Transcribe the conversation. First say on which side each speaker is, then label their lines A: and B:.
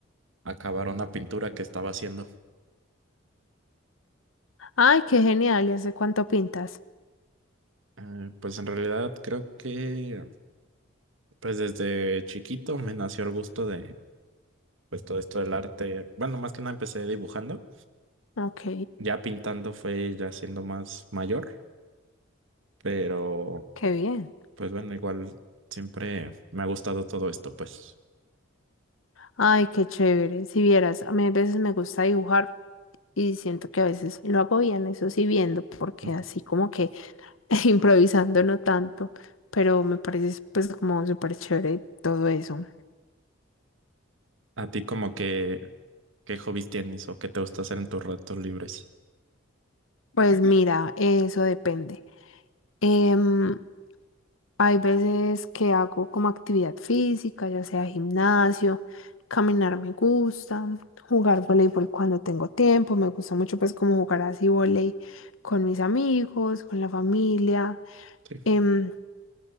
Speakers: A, on the right (about 70°); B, on the left (about 80°).
A: acabar una pintura que estaba haciendo.
B: Ay, qué genial. ¿Y hace cuánto pintas?
A: Eh, pues en realidad creo que pues desde chiquito me nació el gusto de pues todo esto del arte. Bueno, más que nada empecé dibujando,
B: Ok,
A: ya pintando fue ya siendo más mayor, pero
B: qué bien.
A: pues bueno, igual siempre me ha gustado todo esto, pues.
B: Ay, qué chévere. Si vieras, a mí a veces me gusta dibujar y siento que a veces lo hago bien, eso sí viendo, porque
A: <laughs>
B: así como que <laughs> improvisando no tanto, pero me parece pues como súper chévere todo eso.
A: ¿A ti como que ¿Qué hobbies tienes o qué te gusta hacer en tus ratos libres?
B: Pues mira, eso depende. Em, hay veces que hago como actividad física, ya sea gimnasio, caminar me gusta, jugar voleibol cuando tengo tiempo, me gusta mucho pues como jugar así voleibol con mis amigos, con la familia.
A: Sí,
B: Em,